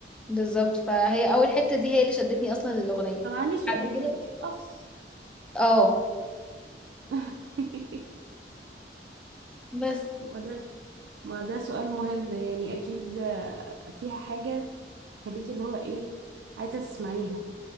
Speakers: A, in the centre; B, on the right (about 80°).
A: بالظبط فهي أول حتة دي هي اللي شدتني أصلا للأغنية
B: طب عندي سؤال
A: بعد كده
B: هي بترقص
A: اه
B: <laughs>
A: بس
B: ما ده ما ده سؤال مهم يعني أكيد آه، فيها حاجة تخليكي اللي هو إيه عايزة تسمعيها